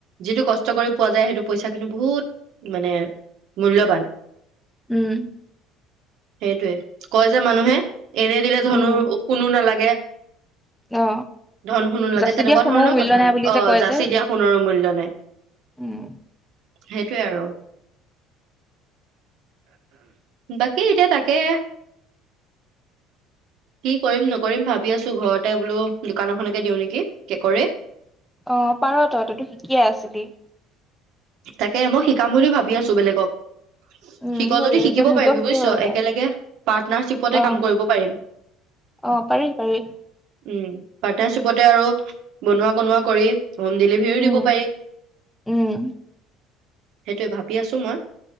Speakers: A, on the right (about 65°); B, in the centre.
A: যিটো কষ্ট কৰি পোৱা যায় সেইটো পইচা কিন্তু বহুত মানে মূল্যবান।
B: উম
A: সেইটোৱে কয় যে মানুহে এনে দিলে ধনু
B: উম
A: সোনো নালাগে।
B: অ
A: ধন সোণ নালাগে
B: যাচি
A: তেনেকুৱা
B: দিয়া শুনো
A: ধৰণৰ
B: মূল্য
A: কথা আৰু
B: নাই বুলি
A: অ
B: যে কয়
A: যাচি
B: যে
A: দিয়া সোণৰো মূল্য নাই।
B: উম
A: সেইটোৱে আৰু বাকী এতিয়া তাকে কি কৰিম নকৰিম ভাবি আছো ঘৰতে বোলো দোকান এখনকে দিওঁ নেকি কেকৰে।
B: অ পাৰ ত‌ই তো ত শিকিয়ে আছিলি।
A: তাকে মই শিকাম বুলি ভাবি আছো বেলেগক।
B: উম
A: শিক
B: সেইটোৱে
A: যদি শিকিব
B: এতিয়া নিজেও
A: পাৰিবি
B: শিকি
A: বুজিছ
B: হ'ল তই
A: একেলগে পাৰ্টনাৰশ্বিপতে
B: অ
A: কাম কৰিব পাৰিম।
B: অ পাৰি পাৰি।
A: উম পাৰ্টনাৰশ্বিপতে আৰু বনোৱা কনোৱা কৰি হোম ডেলিভাৰীও
B: উম
A: দিব পাৰি।
B: উম।
A: সেইটোৱে ভাবি আছো মই।